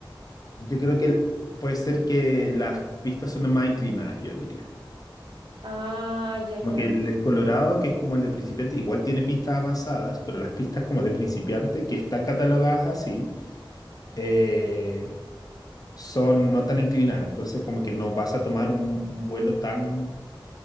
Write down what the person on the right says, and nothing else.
Ah, ya,
ya,